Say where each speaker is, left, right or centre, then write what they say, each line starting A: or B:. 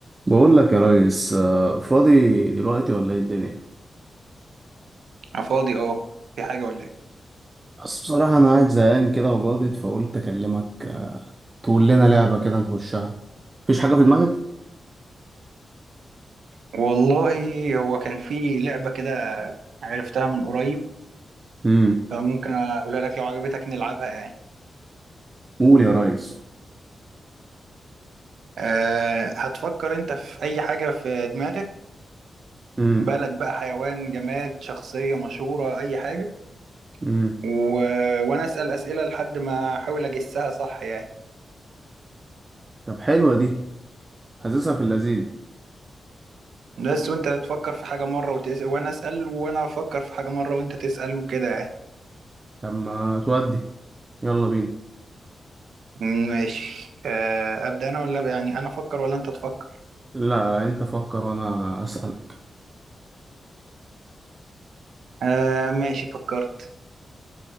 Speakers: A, on the right; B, on the right.
A: بقول لك يا ريس آه، فاضي دلوقتي ولا ايه الدنيا
B: أنا فاضي اه في حاجة ولا ايه
A: بس بصراحة انا قاعد زهقان كده وجاضد فقلت اكلمك آه، تقول لنا لعبة كده نخشها مفيش حاجة في دماغك
B: والله هو كان في لعبة كده عرفتها من قريب
A: امم
B: فممكن اقولها لك لو عجبتك نلعبها يعني
A: قول يا ريس
B: أه هتفكر انت في اي حاجة في دماغك
A: امم
B: بلد بقى حيوان جماد شخصية مشهورة اي حاجة
A: امم
B: و... وانا اسأل اسئلة لحد ما احاول اجسها صح يعني
A: طب حلوة دي حاسسها في اللذيذ
B: بس وانت تفكر في حاجة مرة وتسأل وانا اسأل وانا افكر في حاجة مرة وانت تسأل وكده يعني
A: طب ما تودي يلا بينا
B: ماشي أه ابدأ انا ولا يعني انا افكر ولا انت تفكر
A: لا لا انت فكر وانا اسألك
B: آه ماشي فكرت